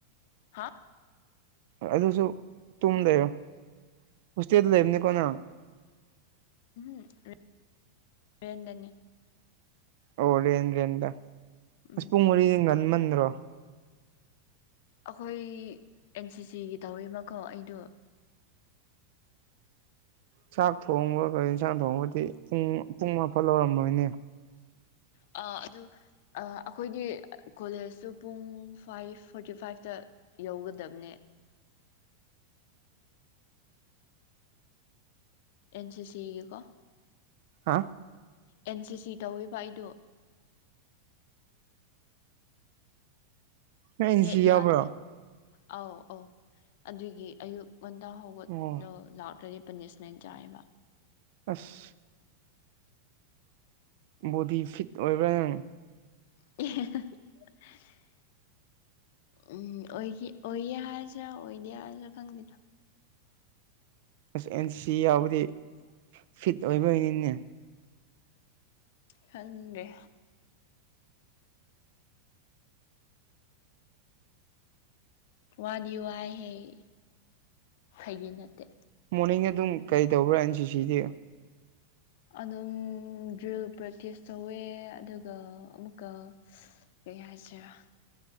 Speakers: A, on the left (about 50°); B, on the right (about 50°).
A: ꯍꯥ
B: ꯑꯗꯨꯁꯨ ꯇꯨꯝ ꯂꯩꯔꯣ ꯍꯣꯁꯇꯦꯜꯗ ꯂꯩꯕꯅꯤꯀꯣ ꯅꯪ
A: <unintelligible> ꯔꯦꯟꯗꯅꯤ
B: ꯑꯣ ꯔꯦꯟ ꯔꯦꯟꯗ
A: ꯎꯝ
B: ꯑꯁ ꯄꯨꯡ ꯃꯔꯤꯗꯤ ꯉꯟꯃꯟꯗ꯭ꯔꯣ
A: ꯑꯩꯈꯣꯏ ꯑꯦꯟ ꯁꯤ ꯁꯤꯒꯤ ꯇꯧꯋꯦꯕꯀꯣ ꯑꯩꯗꯣ
B: ꯆꯥꯛ ꯊꯣꯡꯕꯒꯒꯥ ꯌꯦꯟꯁꯥꯡ ꯊꯣꯡꯕꯗꯤ ꯄꯨꯡ ꯄꯨꯡ ꯃꯥꯄꯜ ꯂꯧꯔꯝꯃꯣꯏꯅꯦ
A: ꯑ ꯑꯗꯨ ꯑꯩꯈꯣꯏꯗꯤ ꯀꯣꯂꯦꯖꯇꯨ ꯄꯨꯡ ꯐꯥꯏꯚ ꯐꯣꯔꯇꯤ ꯐꯥꯏꯚꯇ ꯌꯧꯒꯗꯕꯅꯦ ꯑꯦꯟ ꯁꯤ ꯁꯤꯒꯤꯀꯣ
B: ꯍꯥ
A: ꯑꯦꯟ ꯁꯤ ꯁꯤ ꯇꯧꯋꯦꯕ ꯑꯩꯗꯣ
B: ꯅꯣꯏ ꯑꯦꯟ
A: ꯅꯦꯠ
B: ꯁꯤ ꯌꯥꯎꯕ꯭ꯔꯣ
A: ꯌꯥꯗꯦ ꯑꯧ ꯑꯧ ꯑꯗꯨꯒꯤ ꯑꯌꯨꯛ ꯉꯟꯇꯥ ꯍꯧꯒꯠꯂꯥ
B: ꯑꯣ
A: ꯂꯥꯛꯇ꯭ꯔꯗꯤ ꯄꯅꯤꯁꯃꯦꯟ ꯆꯥꯏꯑꯦꯕ
B: ꯑꯁ ꯕꯣꯗꯤ ꯐꯤꯠ ꯑꯣꯏꯕ꯭ꯔꯥ ꯅꯪ
A: ꯑꯦ <unintelligible> ꯎꯝ ꯑꯣꯏꯈꯤ ꯑꯣꯏꯌꯦ ꯍꯥꯏꯁꯤꯔꯥ ꯑꯣꯏꯗꯦ ꯍꯥꯏꯁꯤꯔꯥ ꯈꯪꯗꯦꯗꯥ
B: ꯑꯁ ꯑꯦꯟ ꯁꯤ ꯁꯤ ꯌꯥꯎꯕꯗꯤ ꯐꯤꯠ ꯑꯣꯏꯕ ꯑꯣꯏꯅꯤꯅꯦ
A: ꯈꯪ ꯗ꯭ꯔꯦ ꯋꯥꯗꯤ ꯋꯥꯏꯍꯩ ꯐꯥꯒꯤ ꯅꯠꯇꯦ
B: ꯃꯣꯔꯅꯤꯡꯗꯥ ꯑꯗꯨꯝ ꯀꯩ ꯇꯧꯕ꯭ꯔꯥ ꯑꯦꯟ ꯁꯤ ꯁꯤꯗꯤ
A: ꯍ <inaudible> ꯑꯗꯨꯝ ꯗ꯭ꯔꯤꯜ ꯄ꯭ꯔꯦꯛꯇꯤꯁ ꯇꯧꯋꯦ ꯑꯗꯨꯒ ꯑꯃꯨꯛꯀ ꯀꯩ ꯍꯥꯏꯁꯤꯔꯥ